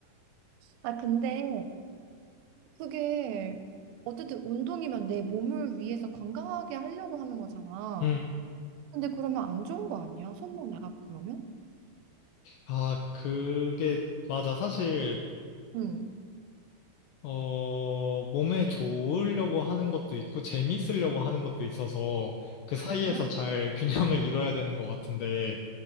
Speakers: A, on the right; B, on the left.
A: 아, 근데 그게 어쨌든 운동이면 내 몸을 위해서 건강하게 하려고 하는 거잖아.
B: 음.
A: 근데 그러면 안 좋은 거 아니야? 손목 나가고 그러면?
B: 아, 그게, 맞아. 사실,
A: 응.
B: 어, 몸에 좋으려고 하는 것도 있고, 재밌으려고 하는 것도 있어서, 그
A: 아,
B: 사이에서 잘 <laughs> 균형을 이뤄야 되는 것 같은데,